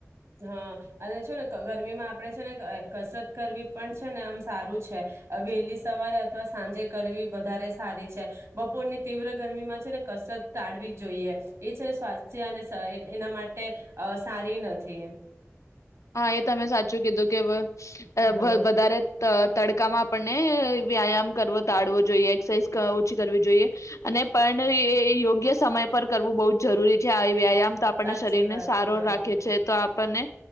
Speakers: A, on the right; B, on the left.
A: હા અને છે ને ગરમીમાં આપણેે છે ને કસરત કરવી પણ છે ને આમ સારું છે. વહેલી સવારે અથવા સાંજે કરવી વધારે સારી છે બપોરની તીવ્ર ગરમીમાં છે ને કસરત ટાળવી જોઈએ એ છે ને સ્વાસ્થ્ય અને એના માટે અ સારી ન થી.
B: હા એ તમે સાચું કીધું કે વ અ
A: હા
B: બ વધારે અ તડકામાં આપણને વ્યાયામ કરવો તાડવો જોઈએ એક્સાઈઝ ઓછી કરવી જોઈએ. અને પણ યે એ યોગ્ય સમય પર કરવું બહુ જ જરૂરી છે આ વ્યાયામ. તો આપણના
A: સાચી
B: શરીર ને
A: વાત
B: સારો
A: તમારી
B: રાખે છે તો આપણને